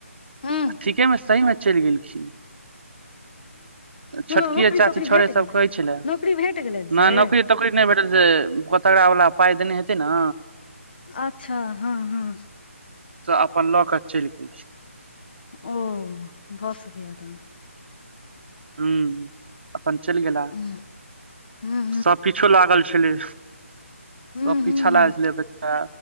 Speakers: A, on the left (about 40°); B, on the right (about 50°).
A: हूं
B: आ ठीकेमे सहीमे चलि गेलखिन
A: कोनो
B: छोटकिए
A: नौकरी
B: चाची
A: तोकरी
B: छोड़ै
A: भेट गेलै
B: सब कहय छलै
A: नौकरी भेट गेलैन से
B: नहि नौकरी तोकरी नहि भेटत जे कोतड़वावला पाइ देने हेतै ने
A: अच्छा हँ हँ
B: से अपन लऽ कऽ चलि गेल छै
A: ओ भऽ सकय यै तखन
B: ह अपन चलि गेला
A: हूं हूं
B: सबकिछो लागल छलै
A: हूं
B: सब
A: हूं
B: पीछा
A: हूं
B: लागै छलै बच्चा